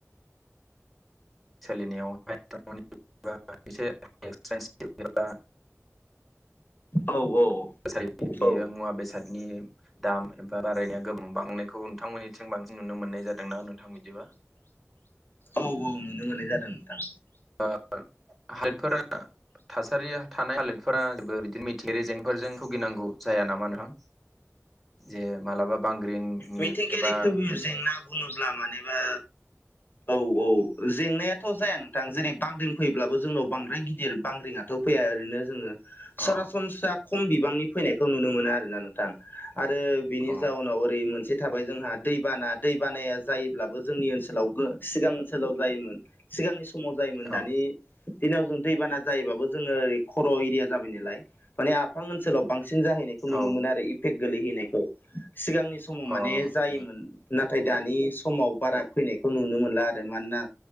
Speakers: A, in the centre; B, on the left.
A: सोलिनायावहाय <unintelligible> बा एसे एक्सपेन्सिभ एबा
B: औ औ।
A: थासारि बेयो
B: औ
A: मुवा बेसादनि दाम एबा बारायनाया गोबां बांनायखौ नोंथांमोननिथिं बांसिन नुनो मोननाय जादोंना नोंथां बिदिबा
B: औ औ नुनो मोननाय जादों नोंथां।
A: ओ <unintelligible> थासारिया थानाय हालोदफोराेबो बिदिनो मिथिंयायारि जेंनाफोरजों भुगिनांगौ जाया नामा नोंथां? जे मालाबा बांग्रिंनि
B: मिथिंगायारि
A: एबा
B: खैफोद
A: मिथिं
B: जेंना बुङोब्ला मानेबा औ औ जेंनायाथ' जाया नोंथां जेरै बांग्रिं फैयोब्लाबो जोंनाव बांद्राय गिदिर बांग्रिंया थ' फैया ओरैनो जोङो सरासनस्रा
A: अ
B: खम बिबांनि फैनायखौ नुनो मोनो आरोना नों थां आरो बिनि
A: अ
B: जाउनाव ओरै मोन से थाबाय जोंहा दैबाना दैबानाया जायोब्लाबो जोंनि ओनसोलाव गो सिगां ओनसोलाव जायोमोन। सिगांनि समाव जायोमोन
A: औ
B: दानि दिनाव जों दैबाना जायोबाबो जोङो ओरै खर' एरिया जाबाय नालाय माने आफ फां ओनसोलाव बांसिन जाहैनायखौ नुनो
A: औ
B: मोनो आरो इफेक्ट गोलैहैनायखौ सिगांनि समाव
A: अ
B: माने जायोमोन नाथाय दानि समाव बारा फैनायखौ नुनो मोनला आरो मानोना